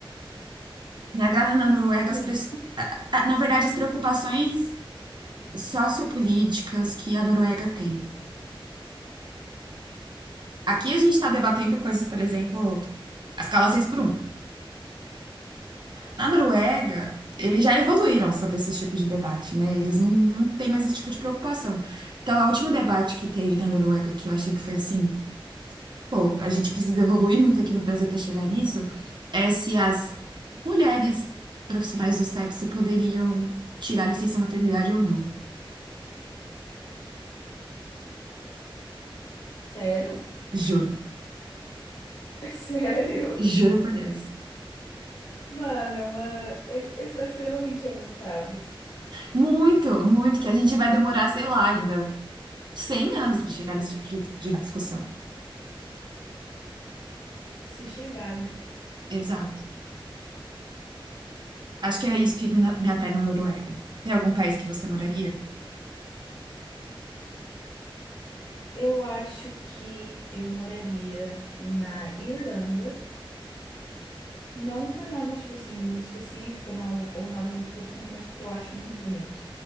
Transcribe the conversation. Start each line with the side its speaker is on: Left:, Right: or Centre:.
Right: Me agrada na Noruega
Left: Tudo.
Right: as pres- a- a- na verdade, as preocupações sociopolíticas que a Noruega tem. Aqui a gente está debatendo coisas, por exemplo, as escala seis por um Na Noruega, eles já evoluíram sobre esse tipo de debate, né? Eles não, não têm mais esse tipo de preocupação. Então, o último debate que teve na Noruega, que eu achei que foi assim, pô, a gente precisa evoluir muito aqui no Brasil para chegar nisso, é se as mulheres profissionais do sexo poderiam tirar licença maternidade ou não.
Left: Sério?
Right: Juro.
Left: <laughs> Sério?
Right: Juro por Deus.
Left: Mano, é uma... e- eles são extremamente avançados.
Right: Muito, muito, que a gente vai demorar, sei lá, ainda 100 anos para chegar nesse tipo de de discussão.
Left: Se chegar, né?
Right: Exato. Acho que é isso que me, me atrai na Noruega. Tem algum país que você moraria?
Left: Eu acho que eu moraria na Irlanda, não por nada, tipo assim, muito específico, não, ou nada muito profundo, mas porque eu acho muito bonito.